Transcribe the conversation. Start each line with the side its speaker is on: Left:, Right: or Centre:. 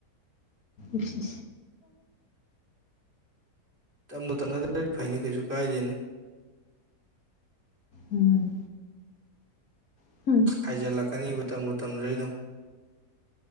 Left: ꯇꯦ
Right: ꯇꯞꯃꯨ ꯇꯞꯅꯗ꯭ꯔꯗꯤ ꯐꯩꯅꯤ ꯀꯩꯁꯨ ꯀꯥꯏꯗꯦꯅꯦ
Left: ꯎꯝ ꯎꯝ
Right: ꯍꯥꯏꯖꯤꯜꯂꯛꯀꯅꯤ ꯃꯇꯝ ꯃꯇꯝꯗꯨꯗꯩ ꯑꯗꯨꯝ